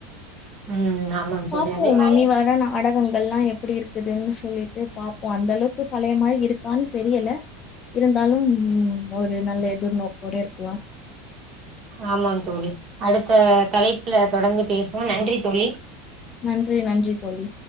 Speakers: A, on the right; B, on the left.
A: ம் ஆமா தோழி
B: பாப்போம்
A: அதே மாரி
B: இனி வர நாடகங் ல்லா எப்படி இருக்குதுன்னு சொல்லிட்டு பாப்போ அந்த அளவுக்கு பழைய மாரி இருக்கான்னு தெரியல இருந்தாலும் ம் ஒரு நல்ல எதிர்நோக்கோடே இருக்கலா
A: ஆமாங் தோழி அடுத்த தலைப்புல தொடர்ந்து பேசுவோ நன்றி தோழி
B: நன்றி நன்றி தோழி